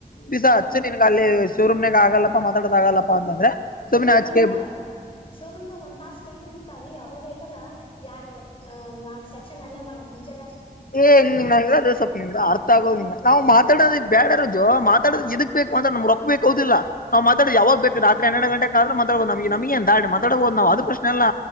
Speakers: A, on the left (about 65°); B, on the left (about 35°).
A: ಬಿಸಾ
B: ಹ್ಮ್
A: ಅಚ್ಚ ನಿನ್ಗ ಅಲ್ಲಿ ಶೋರೂಮ್ಾಗ ಆಗಲ್ಲಪ್ಪಾ ಮಾತಾಡದ ಆಗಲ್ಲಪ್ಪ ಅಂತಂದ್ರೆ
B: ಶೋರೂಮ
A: ಸುಮ್ನೆ ಹಚ್ಕೆ
B: ದಾಗ ಶೋರೂಮ್ಗ ಒಂದ್ ತಾಸ ಟೈಮ್ ಇರ್ತಾರಿೀ ಅವಾಗ ಯಾವ್ದ್ ಯಾವ್ ಸೆಕ್ಷನ್ ಅಲ್ಲೇ ಮಾಡ ಮುಂಜೆ
A: ಏ್ ನ ಅದೇ ಸ್ೊಪ್ ನಿ ಅರ್ಥ ಆಗೋದ್ಂಗ ನಾ್ ಮಾತಾಡೋ ಬ್ಯಾಡಾರ ಮಾತಾಡ ಎದಕ್ ಬೇಕತಾ ನ್ೊಕ್ಬೇಕು ಅದಿಲ್ಲ ನಾ್ ಮಾತಾೋ ಯಾಗ ಬೇಕ ರಾತ್ರಿ ಹೆರ ಗಟೆ ಆದ್ರೆ ನಮಗೆ ನಮಗೆಂತಾ ಮಾಡ ಮಾತಡಬೋದು ನವು್ ಪ್ರಶ್ ಅಲ್ಲ